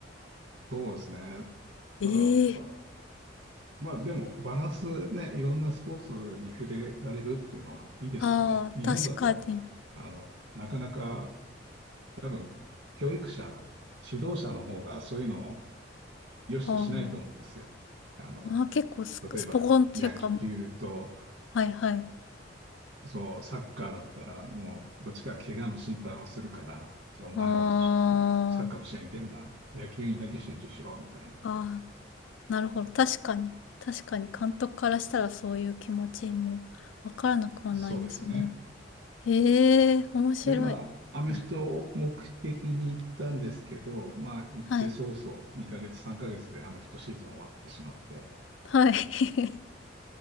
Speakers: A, on the right; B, on the left.
A: そうですね。
B: ええー
A: だから、まあでも、バランスね、いろんなスポーツに触れられるっていうのはいいですよね。
B: ああ、
A: 日本だと、
B: 確かに。
A: あの、なかなか多分、教育者、指導者の方がそういうのを良しとしないと思うんですよ。
B: あー
A: あの、
B: まあー、結構ス、
A: 例えば野球と、
B: スポコンというかもう。はいはい。
A: そう、サッカーだったら、もう、どっちかが怪我の心配をするから、じゃあお前はもうサッカーの試合に出るな、
B: あ
A: 野球にだけ集中しろ、みたいに。
B: あ、ああ、なるほど。確かに。確かに監督からしたらそういう気持ちもわからなくはないですね。
A: そうですよね。
B: ええ、面白い。
A: で、まあ、アメフトを目的に行ったんですけど、
B: え
A: まあ、行って早々、
B: はい。
A: 2ヶ月、3ヶ月でアメフトシーズン終わってしまって、
B: はい。